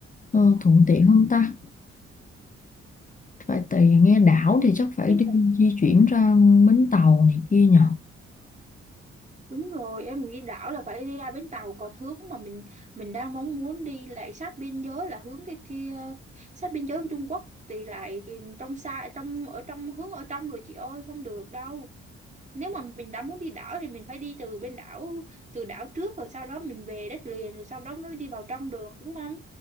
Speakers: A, on the left; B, on the right.
A: ờ, thuận tiện không ta phải tại vì nghe đảo thì chắc phải
B: Em
A: đi
B: thấy
A: di chuyển ra bến tàu này kia nhỉ
B: Đúng rồi, em nghĩ đảo là phải đi ra bến tàu còn hướng mà mình mình đang mong muốn đi lại sát biên giới là hướng cái kia sát biên giới với Trung Quốc thì lại trong xa trong ở trong hướng ở trong rồi chị ơi không được đâu. Nếu mà mình đã muốn đi đảo thì mình phải đi từ bên đảo từ đảo trước rồi sau đó mình về đất liền rồi sau đó mới đi vào trong được đúng không?